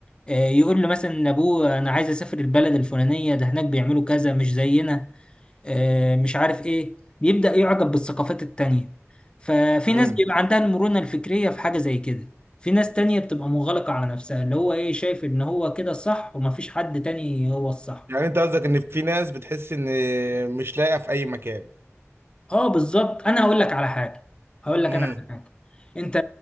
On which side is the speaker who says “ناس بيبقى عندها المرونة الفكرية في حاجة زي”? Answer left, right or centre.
Left